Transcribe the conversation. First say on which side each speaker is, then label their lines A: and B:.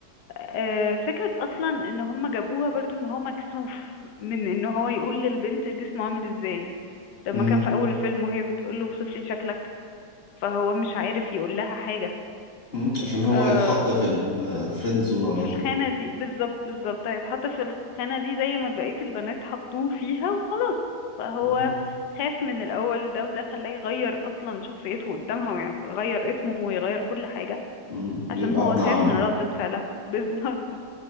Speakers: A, on the left; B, on the left.
A: آه، فكرة اصلا ان هم جابوها برضو ان هو مكسوف من ان هو يقول للبنت جسمه عامل ازاي لما
B: مم.
A: كان في اول الفيلم وهي بتقول له وصف لي شكلك فهو مش عارف يقول لها حاجة
B: مم. عشان هو
A: آه،
B: هيتحط في الفريند زون على
A: في
B: طول
A: الخانة دي بالظبط بالظبط هيتحط في الخانة دي زي ما بقية البنات حطوه فيها وخلاص فهو
B: مم.
A: خاف من الأول ده وده خلاه يغير أصلا شخصيته قدامها ويغير اسمه ويغير كل حاجة
B: مم. ويبقى
A: عشان هو
B: ابن
A: خاف
B: عمه
A: من ردة فعلها <laughs> بالظبط